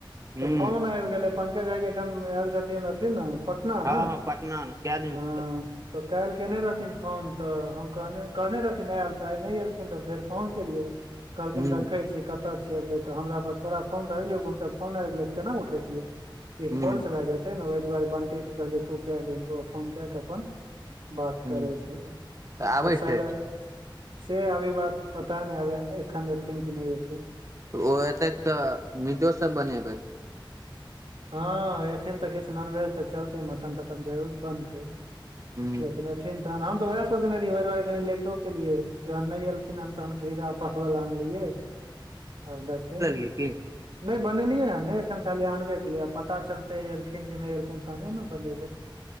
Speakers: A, on the right; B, on the right.
A: हूँ
B: त फोन एइगेले पंकज भाई जी ऐखन‌ एल जतिन अथी न टन न
A: हँ हँ पटना मे कै दिन
B: हाँ।
A: से
B: तऽ कैल केने रहथिन फोन तऽ हम कहने रहथिन आयब तऽ आइ नै एयलखिन तऽ फेर फोन केलियै कहलखिन
A: ह
B: देखै छियै कतऽ छियै एबै तऽ हमरा पर तोरा फोन धरेलियौ हुनकर फोन आबि गेले तऽ केना उठैबतीयै ई
A: ह
B: फॉल्स भए जैत ते ने ओहि दुआरे बंटी कहलियै तू कए लही त ओ फोन कए कऽ अपन बात
A: ह
B: करै छलै
A: तऽ आबै
B: आब
A: छै
B: शैर से अभी इ बात पता नै आबे एखन एथिन कि नै ऐथिन
A: ओ एतैत तऽ मीटो सब बनेबै
B: हाँ ऐथिन तऽ किछ नॉनवेज तऽ चलतै मटन तटन जरूर बनतै
A: ह
B: लेकिन एथिन तहन हम तऽ वएह सोचने रहियै ओहि दुआरे कनी लेटो केलिए जहन नै एलखिन हन तहन घिरा परवल आनलियै आब देखिन
A: की की
B: नै बनेलियै हन ने एखन खाली अनबे केलियै पता चलते एलखिन कि नै एलखिन तहने ने बनेबै